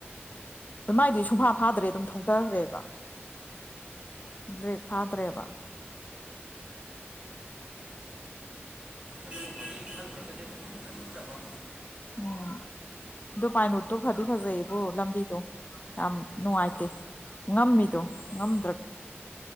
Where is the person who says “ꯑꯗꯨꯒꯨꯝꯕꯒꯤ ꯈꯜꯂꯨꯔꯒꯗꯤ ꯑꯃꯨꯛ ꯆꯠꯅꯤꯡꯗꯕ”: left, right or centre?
Right